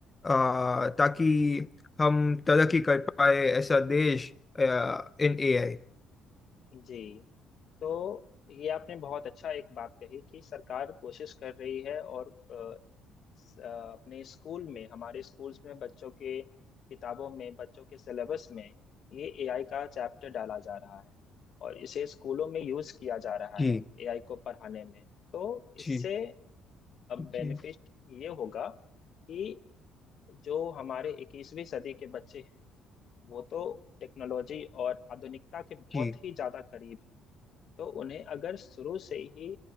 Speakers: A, on the left; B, on the left.
A: आ, ताकि हम तरक्की कर पाए ऐसा देश आ, इन एआई
B: जी तो ये आपने बहुत अच्छा एक बात कही कि सरकार कोशिश कर रही है और अ, स- अ, अपने स्कूल में हमारे स्कूल्स में बच्चों के किताबों में बच्चों के सिलेबस में ये एआई का चैप्टर डाला जा रहा है और इसे स्कूलों में यूज किया जा रहा
A: जी
B: है एआई को पढ़ाने में तो इससे
A: जी
B: बेनिफिट
A: जी
B: ये होगा कि जो हमारे 21वीं सदी के बच्चे हैं वो तो टेक्नोलॉजी और आधुनिकता के बहुत
A: जी
B: ही ज्यादा करीब तो उन्हें अगर शुरू से ही